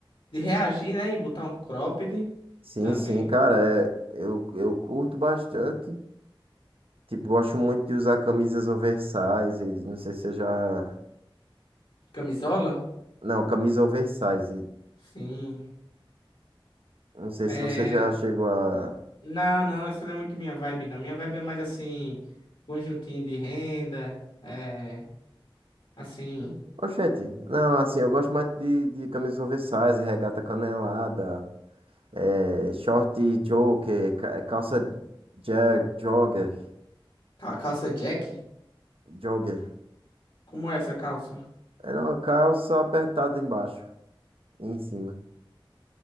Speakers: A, on the left; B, on the right.
A: de reagir, né? E botar um cropped
B: Sim,
A: também.
B: sim, cara. É... Eu, eu curto bastante. Tipo, gosto muito de usar camisas oversize. e Não sei se você já.
A: Camisola?
B: Não, camisa oversize.
A: Sim.
B: Não sei
A: É...
B: se você já chegou a.
A: Não, não, isso não é muito minha vibe, não. Minha vibe é mais assim, conjuntinho de renda, é... assim,
B: Oxente, não, assim, eu gosto mais de, de camisas oversize, regata canelada, é, short joker, ca- é, calça jag, jogger,
A: ca- calça Jack.
B: jogger.
A: Como é essa calça?
B: É uma calça apertada embaixo e em cima.